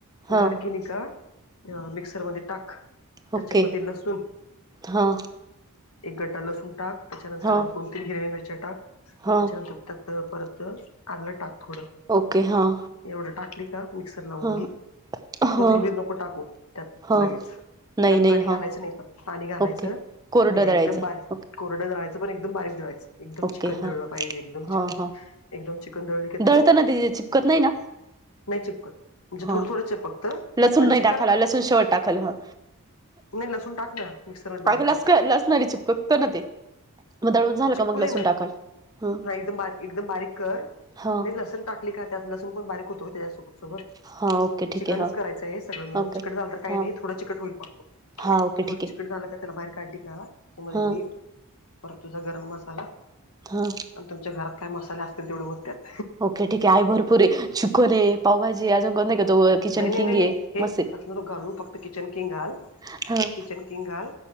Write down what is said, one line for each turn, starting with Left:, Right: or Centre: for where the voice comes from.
Right: हां
Left: गार केली का. मिक्सर मध्ये टाक त्याच्यामध्ये
Right: ओके
Left: लसूण
Right: हां
Left: एक गड्डा लसूण टाक त्याच्यानंतर
Right: हां
Left: दोन तीन हिरव्या मिरच्या टाक त्याच्यानंतर
Right: हां
Left: त्यात परत आल्ल टाक थोडं
Right: ओके हां
Left: एवढं टाकली का मिक्सर लावून
Right: हां
Left: घे
Right: हां
Left: कोथिंबीर नको टाकू त्यात
Right: हां
Left: लगेच त्यात
Right: नाही नाही
Left: पाणी घालायचं
Right: हां
Left: नाही पण पाणी घालायचं
Right: ओके कोरडं
Left: नाही
Right: दळायचं
Left: एकदम बार
Right: ओके
Left: कोरडा दळायच पण एकदम बारीक दळायचं एकदम
Right: ओके
Left: चिकन
Right: हां
Left: दळलं पाहिजे एकदम
Right: हां
Left: चि
Right: हां
Left: एकदम चिकन दळल का
Right: दळताना
Left: तू
Right: ते चिपकत नाही ना
Left: नाही चिपकत म्हणजे
Right: हां
Left: थोडं थोडं चिपकंत
Right: लसूण
Left: आणि
Right: नाही
Left: चिपकायला
Right: टाकायला
Left: पा
Right: लसूण शेवट टाकलं हा.
Left: नाही लसूण टाक ना मिक्सर मध्ये बारीक
Right: अगं लस
Left: करताना
Right: लसणारी चिपकतं ना ते मग दळून झालं का
Left: चिपकू
Right: मग
Left: दे
Right: लसूण
Left: ना
Right: टाकाल हां
Left: हा एकदम बारीक एकदम बारीक कर
Right: हां
Left: म लसूण टाक का त्यातलं पण बारीक होतो त्याच्यासोबत सोबत
Right: हां ओके ठीक
Left: चिकनच
Right: आहे हां
Left: करायचं आहे सगळं मिळून
Right: ओके
Left: चिकट झालं तर काही
Right: हां
Left: नाही थोडं चिकट होईल पाहतो
Right: हां ओके
Left: म थोडं
Right: ठीक आहे
Left: चिकन झालं का त्याला बाहेर काढडी का त्याच्यामध्ये
Right: हा
Left: मीठ परत तुझा गरम मसाला
Right: हा
Left: आणि तुमच्या घरात काय मसाले असतील तेवढे ओत त्यात
Right: ओके ठीके हाय भरपूर हे चिकन हे पावभाजी अजून करत नाही का तो किचन
Left: नाही नाही
Right: किंग
Left: नाही
Right: आहे
Left: नाही हे
Right: मस्त
Left: तसलं तो घालू फक्त किचन किंग घाल
Right: आहे
Left: किचन किंग घाल